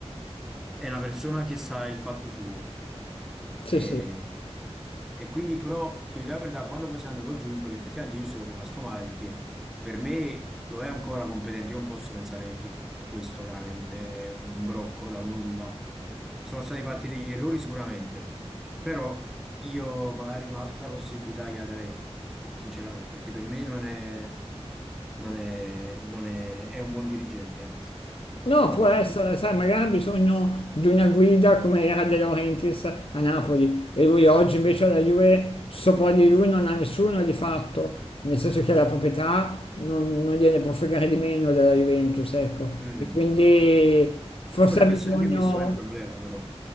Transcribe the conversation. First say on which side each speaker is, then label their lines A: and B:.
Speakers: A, in the centre; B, on the left.
A: è una persona che sa il fatto suo.
B: Sì,
A: E,
B: sì.
A: e quindi però ti voglio dire la verità, quando poi sei andato giunto, effettivamente io ci sono rimasto male perché per me lo è ancora competente, io non posso pensare che questo veramente è un brocco dal nulla. Sono stati fatti degli errori sicuramente, però io magari un'altra possibilità gliela darei, sinceramente, perché per me non è, non è, non è, è un buon dirigente, anzi,
B: No,
A: ti
B: può
A: dico la
B: essere,
A: verità.
B: sai, magari ha bisogno di una guida come era De Laurentiis a Napoli e lui oggi invece alla Juve sopra di lui non ha nessuno di fatto, nel senso che la proprietà non, non gliene può fregare di meno della Juventus, ecco,
A: Mm.
B: e quindi forse
A: E potrebbe
B: ha bisogno...
A: essere anche questo, è il problema però.